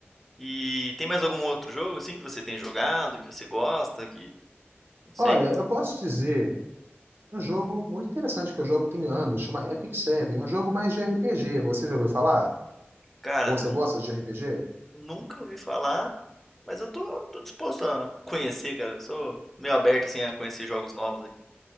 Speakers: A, in the centre; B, on the right.
A: E tem mais algum outro jogo assim que você tem jogado, que você gosta, que não sei?
B: Olha, eu posso dizer um jogo muito interessante que eu jogo tem anos, chama Epic Seven, um jogo mais de RPG. Você já ouviu falar?
A: Cara,
B: Ou
A: nunca,
B: você gosta de RPG?
A: nunca ouvi falar, mas eu tô, tô disposto a conhecer, cara. Eu sou meio aberto assim a conhecer jogos novos aí.